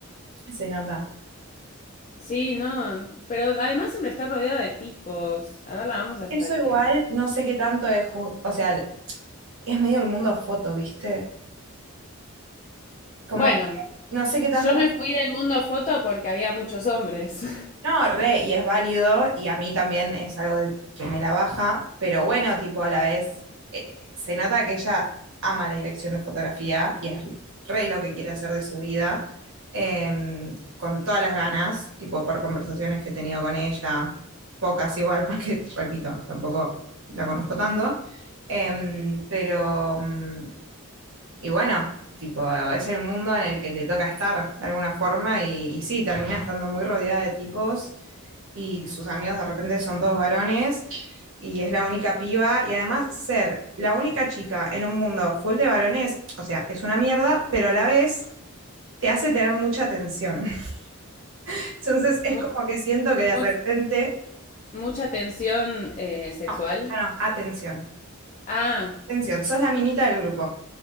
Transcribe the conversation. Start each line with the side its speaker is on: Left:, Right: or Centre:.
Right: se nota.
Left: Sí, no, pero además siempre está rodeada de tipos. A ver, la vamos a
Right: Eso
Left: stalkear.
Right: igual, no sé qué tanto es, ju- o sea, es medio el mundo foto, ¿viste? Como,
Left: Bueno,
Right: no sé qué tanto...
Left: yo
Right: la-
Left: me fui del mundo foto porque había muchos hombres. <laughs>
Right: No, re, y es válido, y a mí también es algo de- que me la baja, pero bueno, tipo, a la vez, eh, se nota que ella ama la dirección de fotografía y es re lo que quiere hacer de su vida, em, con todas las ganas, tipo, por conversaciones que he tenido con ella, pocas igual, porque, <laughs> repito, tampoco la conozco tanto, em, pero... mm, Y bueno, tipo, es el mundo en el que le toca estar de alguna forma y, y sí, termina estando muy rodeada de tipos y sus amigos de repente son todos varones y es la única piba y además ser la única chica en un mundo full de varones, o sea, es una mierda, pero a la vez te hace tener mucha atención. <laughs> Entonces es
Left: Mu-
Right: como que siento que
Left: mu-
Right: de repente,
Left: mucha tensión eh, sexual.
Right: no, no, no, atención,
Left: Ah,
Right: atención, sos la minita del grupo